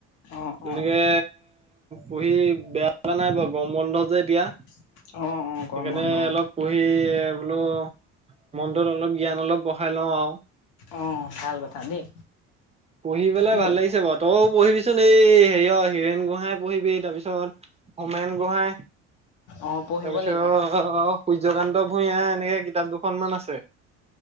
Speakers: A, on the left (about 75°); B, on the right (about 20°).
A: অ' অ'
B: তেনেকে পঢ়ি বেয়া লগা নাই বাৰু গম বন্ধ যে দিয়া।
A: <inaudible> অ'
B: সেইকাৰণে
A: গৰম বন্ধ
B: অলপ পঢ়ি বোলো মনটোত অলপ জ্ঞান অলপ বঢ়াই লওঁ আৰু
A: অ ভাল কথা দেই
B: পঢ়ি পেলাই
A: মোক
B: ভাল লাগিছে বাৰু তই পঢ়িবিচোন এই হেৰিয় হীৰেণ গোহাঁই পঢ়িবি তাৰপিছত হোমেন গোহাঁই
A: অ পঢ়িব
B: তাৰপিছ
A: লাগিব
B: অ অ সূৰ্যকান্ত ভূঞা এনেকে কিতাপ দুখনমান আছে